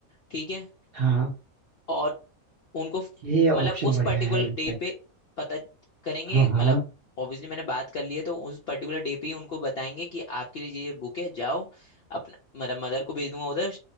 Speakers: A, on the left; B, on the right.
A: ठीक है
B: हाँ
A: और उनको फ-
B: ये ऑप्शन
A: मतलब उस
B: बढ़िया
A: पर्टिकुलर
B: है एग्जैक्ट
A: डे पे पता करेंगे
B: हाँ हाँ
A: मतलब ऑब्वियसली मैंने बात कर ली है तो उस पर्टिकुलर डे पे ही उनको बताएंगे कि आपके लिए ये ये बुक है जाओ अपना मतलब मदर को भेज दूंगा उधर